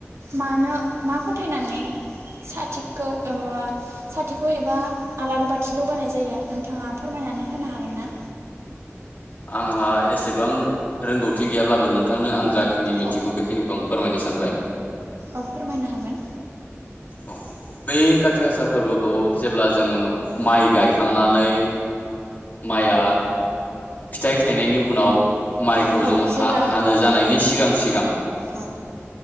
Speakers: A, on the right (about 70°); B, on the left (about 35°).
A: मानो मा फोथायनानै साथिखौ साथिखौ एबा आलारि बाथि लगायनाय जायो नोंथाङा फोरमायनानै होनो हागोन ना?
B: आंहा एसेबां रोंगौथि गैयाब्लाबो नोंथांनो आं जाख खिनि मिथिगौ
A: औ
B: बेखिनिखौ आं फोरमायनो सानबाय।
A: औ फोरमायनो हागोन।
B: औ बै खाथि गासा फोरबोखौ जेब्ला जोङो माइ गायखांनानै माइआ फिथाइ थायनायनि उनाव माइखौ
A: औ
B: जों
A: जेब्ला
B: हा-हानो जानायनि सिगां सिगां
A: औ